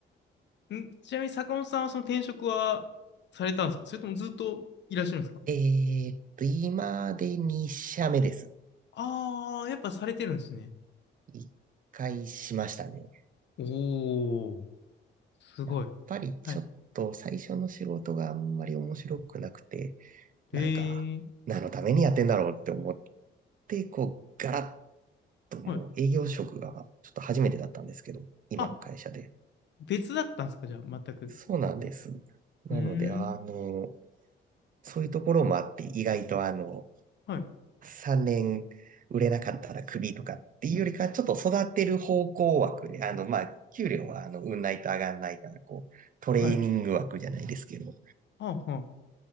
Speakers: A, on the left; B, on the right.
A: んちなみに坂本さんはその転職はされたんですかそれともずっといらっしゃるんですか
B: えーっと、今で2社目です。
A: ああー、やっぱされてるんですね。
B: 1回しましたね。
A: おお、すごい。
B: やっぱりちょっと最初の仕事があんまり面白くなくて、
A: はい。へえ、
B: なんか、何のためにやってんだろうって思っで、こう、ガラッともう営業職がちょっと初めてだったんですけど、
A: はい。
B: 今の会社で。
A: あ、別だったんですかじゃあ、全く。
B: そうなんです。なので、
A: うーん。
B: あの、そういうところもあって、意外とあの、
A: はい。
B: 3年売れなかったらクビとかっていうよりか、ちょっと育てる方向枠で、あの、まあ、給料はあの、運ないと上がんないから、こう、トレーニング枠じゃないですけど、
A: はい。はあ、はあ。